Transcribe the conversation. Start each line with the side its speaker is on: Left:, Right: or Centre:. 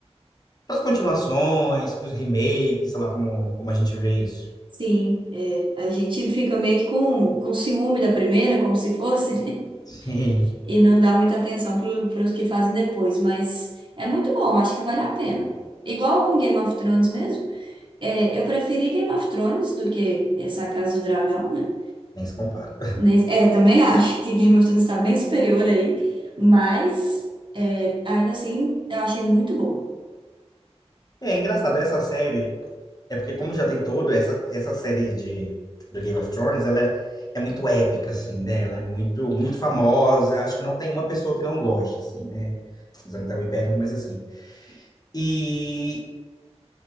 Left: pras continuações, pros remakes, sei lá como, como a gente vê isso.
Right: Sim, é, a gente fica meio que com, com ciúme da primeira, como se fosse, né? <laughs>
Left: <laughs> Sim,
Right: E não dá muita atenção para os que fazem depois, mas é muito bom, acho que vale a pena. Igual com Game of Thrones mesmo, é, eu preferi Game of Thrones do que essa Casa do Dragão, né?
Left: nem se compara.
Right: Nem- É, também <laughs> acho que Game of Thrones está bem superior aí, mas é, ainda assim eu achei muito boa.
Left: É engraçado, essa série é porque como já tem todo essa essa série de do Game of Thrones, ela é, é muito épica assim, né? Ela é muito muito famosa, acho que não tem uma pessoa que não goste assim, né? Usando até o hipérbole, mas assim. E